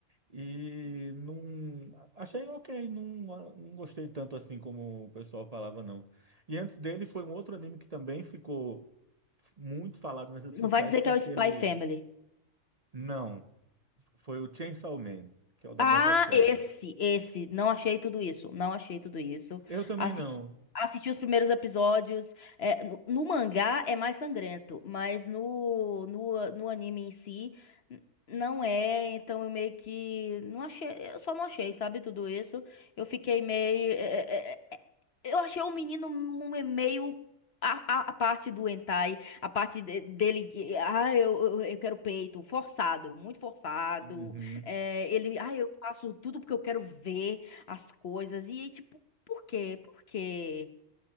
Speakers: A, on the right; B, on the left.
A: E não. Achei ok, não, não gostei tanto assim como o pessoal falava, não. E antes dele foi um outro anime que também ficou muito falado nas redes
B: Não
A: sociais,
B: vai dizer
A: foi
B: que é
A: aquele.
B: o Spy Family.
A: Não, foi o Chainsaw Man, que é o da
B: Ah,
A: motosserra.
B: esse, esse. Não achei tudo isso. Não achei tudo isso.
A: Eu também
B: Assisti,
A: não.
B: assisti os primeiros episódios. É, no, no mangá é mais sangrento, mas no, no, no anime em si n- não é. Então eu meio que não achei. Eu só não achei, sabe, tudo isso. Eu fiquei meio. é, é, é, é, eu achei o menino me- meio. A, a, a parte do hentai, a parte de- dele, ah, eu, eu, eu quero peito, forçado, muito forçado.
A: Uhum.
B: É, ele, ah, eu faço tudo porque eu quero ver as coisas. E aí, tipo, por quê? Por quê?